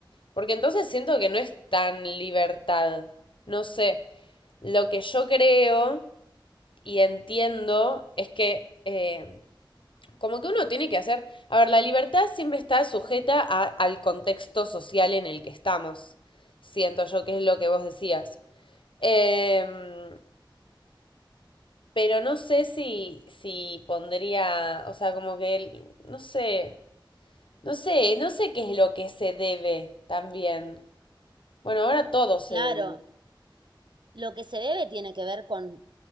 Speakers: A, on the left (about 75°); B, on the right (about 65°).
A: porque entonces siento que no es tan libertad. No sé, lo que yo creo y entiendo es que eh, como que uno tiene que hacer, a ver, la libertad siempre está sujeta a- al contexto social en el que estamos, siento yo que es lo que vos decías. Em, pero no sé si, si pondría, o sea, como que, el- no sé, no sé, no sé qué es lo que se debe también. Bueno, ahora todo se
B: Claro,
A: debe.
B: lo que se debe tiene que ver con